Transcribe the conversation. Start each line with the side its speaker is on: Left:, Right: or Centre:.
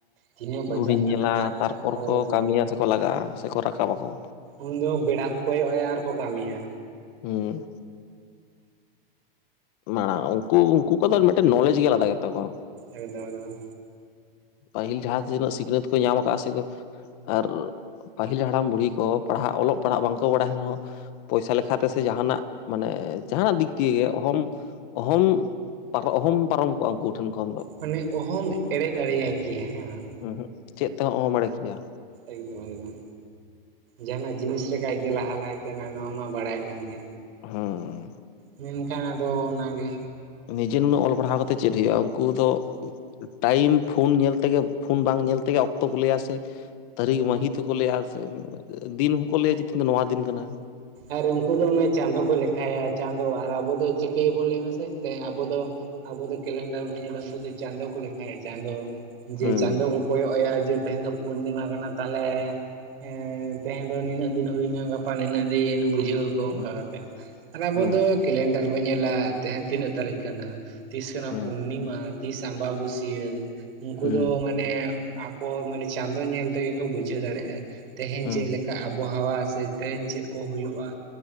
Right: ᱛᱤᱱᱟᱹᱜ ᱵᱟᱡᱟᱜ
Left: ᱜᱷᱩᱲᱤᱧ
Right: ᱠᱟᱱᱟ
Left: ᱧᱮᱞᱟ
Right: ᱟᱨ
Left: ᱛᱟᱨᱯᱚᱨ
Right: ᱦᱳᱭ
Left: ᱠᱚ ᱠᱟᱹᱢᱤᱭᱟ ᱥᱮᱠᱚ ᱞᱟᱜᱟᱜᱼᱟ ᱥᱮᱠᱚ ᱨᱟᱠᱟᱵ ᱟᱠᱚ
Right: ᱩᱱ ᱫᱚ ᱵᱮᱲᱟ ᱠᱚ ᱠᱚᱭᱚᱜ ᱟᱭᱟ ᱟᱨ ᱠᱚ ᱠᱟᱹᱢᱤᱭᱟ
Left: ᱦᱩᱸ ᱢᱟᱲᱟᱝ ᱩᱱᱠᱩ ᱩᱱᱠᱩ ᱠᱚᱫᱚ ᱢᱤᱫᱴᱮᱱ ᱱᱚᱞᱮᱡ ᱜᱮ ᱟᱞᱟᱫᱟ ᱜᱮᱛᱟ ᱠᱚᱣᱟ
Right: ᱮᱠᱫᱚᱢ ᱮᱠᱫᱚᱢ
Left: ᱯᱟᱹᱦᱤᱞ ᱡᱟᱦᱟᱸ ᱛᱤᱱᱟᱹᱜ ᱥᱤᱠᱷᱱᱟᱹᱛ ᱠᱚ ᱧᱟᱢ ᱟᱠᱟᱜᱼᱟ ᱥᱮᱠᱚᱼᱼ ᱟᱨ ᱯᱟᱹᱦᱤᱞ ᱦᱟᱲᱟᱢ ᱵᱩᱲᱦᱤ ᱠᱚ ᱯᱟᱲᱦᱟᱜ ᱚᱞᱚᱜ ᱯᱟᱲᱦᱟᱜ ᱵᱟᱝᱠᱚ ᱵᱟᱲᱟᱭ ᱨᱮᱦᱚᱸᱼᱼ ᱯᱚᱭᱥᱟ ᱞᱮᱠᱷᱟ ᱛᱮ ᱥᱮ ᱡᱟᱦᱟᱱᱟᱜ ᱢᱟᱱᱮ ᱡᱟᱦᱟᱱᱟᱜ ᱫᱤᱠ ᱫᱤᱭᱮ ᱚᱦᱚᱢ ᱚᱦᱚᱢ ᱚᱦᱚᱢ ᱯᱟᱨᱚᱢ ᱠᱚᱜᱼᱟ ᱩᱱᱠᱩ ᱴᱷᱮᱱ ᱠᱷᱚᱱ ᱫᱚ
Right: ᱢᱟᱱᱮ ᱚᱦᱚᱢ ᱮᱲᱮ ᱫᱟᱲᱮᱭᱟᱭ ᱠᱮᱭᱟ ᱦᱮᱸ ᱵᱟᱝ
Left: ᱩᱸᱦᱩᱜ ᱪᱮᱫ ᱛᱮᱦᱚᱸ ᱚᱦᱚᱢ ᱮᱲᱮ ᱠᱮᱭᱟ
Right: ᱮᱠᱫᱚᱢ ᱮᱠᱫᱚᱢ ᱡᱟᱦᱟᱱᱟᱜ ᱡᱤᱱᱤᱥ ᱞᱮᱠᱟ ᱜᱮ ᱞᱟᱦᱟ ᱞᱟᱦᱟ ᱛᱟᱦᱮᱱᱟ ᱱᱚᱣᱟ ᱢᱟ ᱵᱟᱲᱟᱭᱚᱜ ᱠᱟᱱ ᱜᱮᱼᱼ
Left: ᱦᱩᱸᱻ
Right: ᱢᱮᱱ ᱠᱷᱟᱱ ᱟᱫᱚ ᱚᱱᱟ ᱜᱮᱼᱼ
Left: ᱱᱤᱡᱮ ᱱᱩᱱᱟᱹᱜ ᱚᱞ ᱯᱟᱲᱦᱟᱣ ᱠᱟᱛᱮᱜ ᱪᱮᱫ ᱦᱳᱭᱳᱜᱼᱟ ᱩᱱᱠᱩ ᱫᱚ ᱴᱟᱭᱤᱢ ᱯᱷᱳᱱ ᱧᱮᱞ ᱛᱮᱜᱮ ᱯᱷᱳᱱ ᱵᱟᱝ ᱧᱮᱞ ᱛᱮᱜᱮ ᱚᱠᱛᱚ ᱠᱚ ᱞᱟᱹᱭᱟ ᱥᱮ ᱛᱟᱹᱨᱤᱠᱷ ᱢᱟᱹᱦᱤᱛ ᱦᱚᱸᱠᱚ ᱞᱟᱹᱭᱟ ᱥᱮ ᱫᱤᱱ ᱦᱚᱸᱠᱚ ᱞᱟᱹᱭᱟ ᱡᱮ <unintelligible> ᱫᱚ ᱱᱚᱣᱟ ᱫᱤᱱ ᱠᱟᱱᱟ
Right: ᱟᱨ ᱩᱱᱠᱩ ᱫᱚᱢᱮ ᱪᱟᱸᱫᱚ ᱠᱚ ᱞᱮᱠᱷᱟᱭᱟ ᱪᱟᱸᱫᱚ ᱟᱨ ᱟᱵᱚ ᱫᱚ ᱪᱤᱠᱟᱹᱭ ᱟᱵᱚᱱ ᱞᱟᱹᱭ ᱢᱮᱥᱮ ᱛᱮ ᱟᱵᱚ ᱫᱚ ᱟᱵᱚ ᱫᱚ ᱠᱮᱞᱮᱱᱰᱟᱨ ᱵᱚᱱ ᱧᱮᱞᱟ ᱩᱱᱠᱩ ᱫᱚ ᱪᱟᱸᱫᱚ ᱠᱚ ᱞᱮᱠᱷᱟᱭᱟ ᱪᱟᱸᱫᱚ ᱡᱮ
Left: ᱦᱩᱸ
Right: ᱪᱟᱸᱫᱚ ᱠᱚ ᱠᱚᱭᱚᱜ ᱮᱭᱟ ᱡᱮ ᱛᱮᱦᱮᱧ ᱫᱚ ᱯᱩᱨᱱᱤᱢᱟ ᱠᱟᱱᱟ ᱛᱟᱦᱚᱞᱮ ᱦᱮᱸ ᱛᱮᱦᱮᱱ ᱫᱚ ᱱᱤᱱᱟᱹᱜ ᱫᱤᱱ ᱦᱩᱭᱱᱟ ᱜᱟᱯᱟ ᱱᱤᱱᱟᱹᱜ ᱫᱤᱱ ᱵᱩᱡᱷᱟᱹᱣ ᱟᱠᱚ
Left: ᱦᱩᱸ
Right: ᱚᱱᱠᱟ ᱠᱟᱛᱮᱜ ᱟᱨ ᱟᱵᱚ
Left: ᱦᱩᱸ
Right: ᱫᱚ ᱠᱮᱞᱮᱱᱰᱟᱨ ᱵᱚᱱ ᱧᱮᱞᱟ ᱛᱟᱦᱮᱧ ᱛᱤᱱᱟᱹᱜ ᱛᱟᱹᱨᱤᱠᱷ ᱠᱟᱱᱟ ᱛᱤᱥ ᱠᱟᱱᱟ
Left: ᱦᱩᱸ
Right: ᱯᱩᱨᱱᱤᱢᱟ ᱛᱤᱥ ᱟᱢᱵᱟᱵᱟᱹᱥᱭᱟᱹ ᱩᱱᱠᱩ
Left: ᱦᱩᱸ
Right: ᱫᱚ ᱢᱟᱱᱮ ᱟᱠᱚ ᱢᱟᱱᱮ ᱪᱟᱸᱫᱚ ᱧᱮᱞ ᱛᱮᱜᱮ ᱠᱚ ᱵᱩᱡᱷᱟᱹᱣ ᱫᱟᱲᱮᱜᱼᱟ, ᱛᱮᱦᱮᱧ
Left: ᱦᱩᱸ
Right: ᱪᱮᱜ ᱞᱮᱠᱟ ᱟᱵᱚᱦᱟᱣᱟ ᱥᱮ ᱛᱮᱦᱮᱧ ᱪᱮᱜ ᱠᱚ ᱦᱩᱭᱩᱜᱼᱟ?